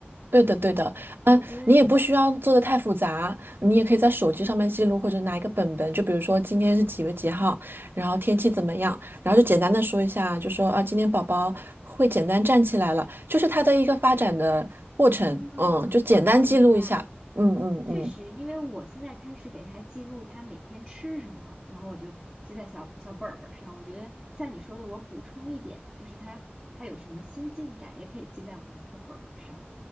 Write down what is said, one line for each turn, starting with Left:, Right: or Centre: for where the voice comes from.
Right: 对的，对的，
Centre: 我我觉得，
Right: 嗯，你也不需要做的太复杂，你也可以在手机上面记录，或者拿一个本本，就比如说今天是几月几号，然后天气怎么样，然后就简单的说一下，就说啊，今天宝宝会简单站起来了，就是他的一个发展的过程，
Centre: 嗯，
Right: 嗯，就简单记录一下，
Centre: 我我明白。
Right: 嗯嗯嗯，
Centre: 确实，因为我现在开始给他记录他每天吃什么，然后我就记在小小本儿本儿上。我觉得像你说的，我补充一点，就是他他有什么新进展，也可以记在我的那个本儿本儿上。